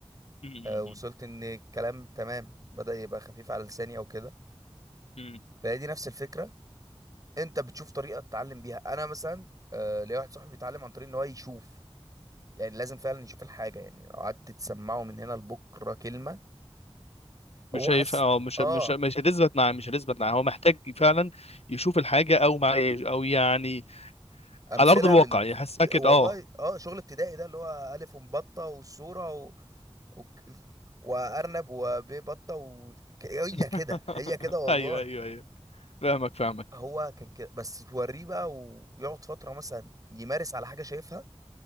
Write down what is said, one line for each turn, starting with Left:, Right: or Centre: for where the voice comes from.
Left: امم
Right: آه، وصلت ان الكلام تمام بدأ يبقى خفيف على لساني او كده
Left: امم
Right: فهي دي نفس الفكرة انت بتشوف طريقة تتعلم بيها انا مثلا آه، ليا واحد صاحبي بيتعلم عن طريق ان هو يشوف يعني لازم فعلا يشوف الحاجة يعني لو قعدت تسمعه من هنا لبكرة كلمة هو
Left: مش هيف
Right: حاسس
Left: اه
Right: إن-
Left: مش
Right: اه
Left: مش مش هتثبت معاه مش هتثبت معاه هو محتاج فعلا يشوف الحاجه او مع او يعني
Right: امثلة
Left: على ارض الواقع
Right: بال
Left: يحسها كده
Right: والله
Left: اه
Right: اه شغل ابتدائي ده اللي هو الف ومبطة والصورة و... و... وارنب وبيه بطة و... هي
Left: <laughs>
Right: كده هي كده والله
Left: ايوه ايوه ايوه فاهمك فاهمك
Right: هو كان كده بس توريه بقى و- ويقعد فترة مثلا يمارس على حاجة شايفها